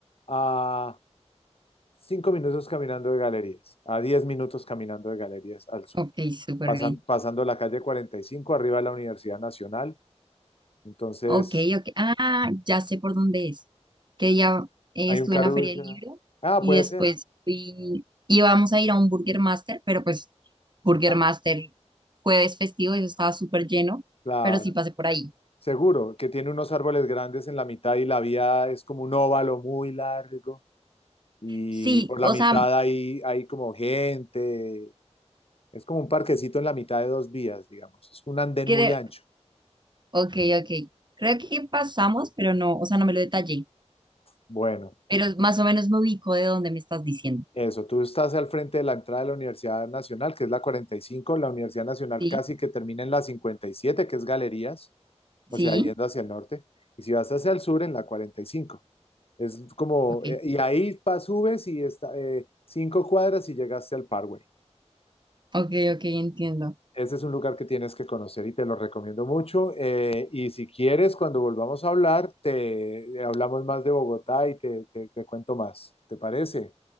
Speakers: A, on the left; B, on the right.
A: a 5 minutos caminando de galerías, a 10 minutos caminando de galerías al sur,
B: Ok, súper
A: pasan-
B: bien.
A: pasando la calle 45 arriba de la Universidad Nacional. Entonces,
B: Ok, ok. Ah, ya sé por dónde es. Que ya eh,
A: hay
B: estuve
A: un Carulla.
B: en la Feria del Libro
A: Ah,
B: y
A: puede
B: después
A: ser.
B: fui, íbamos a ir a un Burger Master, pero pues Burger
A: Ah,
B: Master jueves festivo, eso estaba súper lleno,
A: Claro,
B: pero sí pasé por ahí.
A: seguro que tiene unos árboles grandes en la mitad y la vía es como un óvalo muy largo y
B: Sí,
A: por la
B: o
A: mitad
B: sea,
A: hay, hay como gente, es como un parquecito en la mitad de dos vías, digamos, es un andén
B: creo,
A: muy ancho.
B: ok, ok. Creo que pasamos, pero no, o sea, no me lo detallé,
A: Bueno,
B: pero más o menos me ubico de dónde me estás diciendo.
A: eso, tú estás al frente de la entrada de la Universidad Nacional, que es la 45, la Universidad Nacional
B: Sí,
A: casi que termina en la 57, que es Galerías, o
B: sí,
A: sea, yendo hacia el norte, y si vas hacia el sur, en la 45. Es como,
B: ok,
A: eh, y ahí pa- subes y está, eh, cinco cuadras y llegaste al Parkway.
B: ok, ok, entiendo.
A: Ese es un lugar que tienes que conocer y te lo recomiendo mucho. Eh, y si quieres, cuando volvamos a hablar, te eh, hablamos más de Bogotá y te, te te cuento más. ¿Te parece?